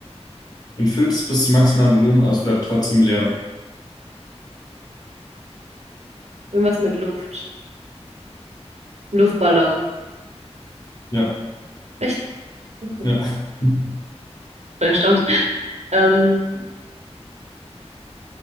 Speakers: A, on the left; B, on the right.
A: Man füllt es bis zum maximalen Volumen, aber es bleibt trotzdem leer.
B: Irgendwas mit Luft. Luftballon.
A: Ja,
B: Echt? Okay.
A: ja. <laughs>
B: Bin erstaunt. Ähm,